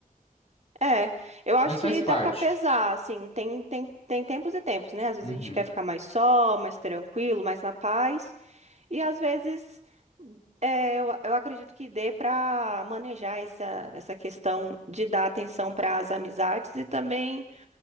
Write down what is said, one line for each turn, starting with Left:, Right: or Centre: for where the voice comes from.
Right: É, eu acho
Left: Mas faz
Right: que
Left: parte.
Right: dá pra pesar, assim, tem, tem, tem tempos e tempos, né? Às vezes
Left: Uhum.
Right: a gente quer ficar mais só, mais tranquilo, mais na paz, e às vezes é, eu, eu acredito que dê pra manejar essa, essa questão de dar atenção para as amizades e também